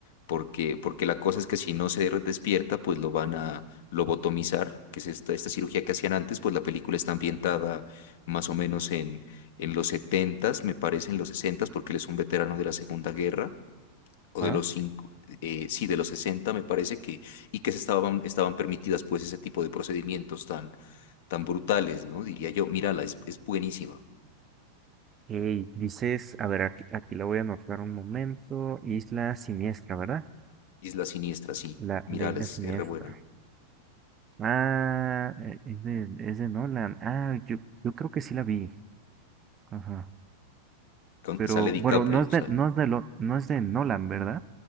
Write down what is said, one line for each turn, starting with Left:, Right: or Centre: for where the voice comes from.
Left: porque, porque la cosa es que si no se despierta, pues lo van a lobotomizar, que es esta, esta cirugía que hacían antes, pues la película está ambientada más o menos en, en los setentas me parece, en los sesentas porque él es un veterano de la Segunda Guerra. o
Right: Ah,
Left: de los cinco, eh, sí, de los 60 me parece que, y que se estaban, estaban permitidas pues ese tipo de procedimientos tan, tan brutales, ¿no? Diría yo, mírala, es, es buenísima.
Right: ok, dices, a ver, aquí, aquí la voy a anotar un momento. Isla Siniestra, ¿verdad?
Left: Isla Siniestra, sí,
Right: La,
Left: mírala,
Right: la Isla
Left: es,
Right: Siniestra.
Left: es re buena.
Right: Ah, e- es de, es de Nolan. Ah, yo, yo creo que sí la vi. Ajá.
Left: Con,
Right: Pero
Left: sale
Right: bueno,
Left: DiCaprio,
Right: no es
Left: o
Right: de,
Left: sea.
Right: no es de, Lo- no es de Nolan, ¿verdad?